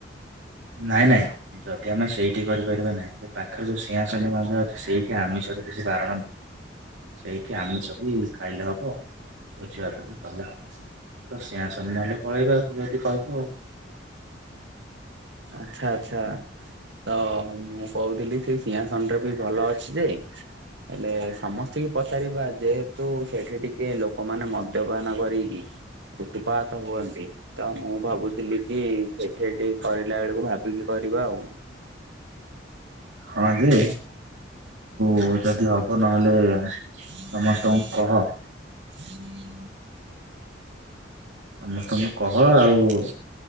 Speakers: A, on the right (about 85°); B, on the right (about 65°).
A: ନାଇଁ ନାଇଁ। ଯଦି ଆମେ ସେଇଠି କରିପାରିବା ନାହିଁ ଯେ ପାଖରେ ଯୋଉ ସିଂହସନ ମଧ୍ୟ ଅଛି ସେଇଠି ଆମିଷରେ କିଛି ବାରଣ ସେଇଠି ଆମିଷ ବି ଖାଇଲେ ହବ ଭୋଜିଭାତ ବି କଲେ ହବ। ତ ସେଆ ସନ୍ ନହେଲେ ପଳେବା ତୁ ଯଦି କହିବୁ ଆଉ।
B: ଆଛା ଆଛା। ତ ମୁଁ କହୁଥିଲି ସେ ସିଂହାସନରେ ବି ଭଲ ଅଛି ଯେ ହେଲେ ସମସ୍ତିଙ୍କି ପଚାରିବା ଯେହେତୁ ସେଠି ଟିକିଏ ଲୋକମାନେ ମଦ୍ୟପାନ କରିକି ଉତୁପାତ ହୁଅନ୍ତି। ତ ମୁଁ ଭାବୁଥିଲି କି ସେଠେ ଟିକ୍ କରିଲା ବେଳକୁ ଭାବିକି କରିବା ଆଉ।
A: ହଁ ଯେ ହୋଉ ଯଦି ହବ ନହେଲେ
B: <inaudible>
A: ସମସ୍ତଙ୍କୁ କହ ମୁଁ ତମକୁ କହ ଆଉ